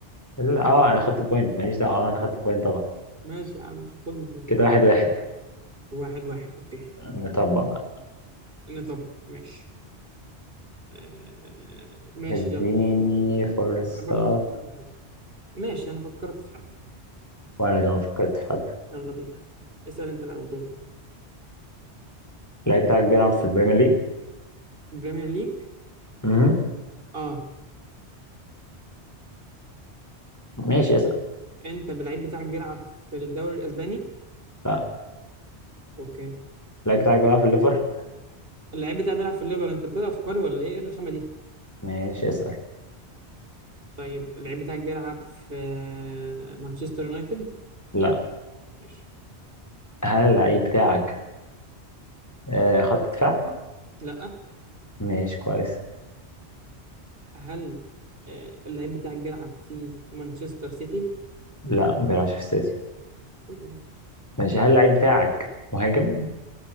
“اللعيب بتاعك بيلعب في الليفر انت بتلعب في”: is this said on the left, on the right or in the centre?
Right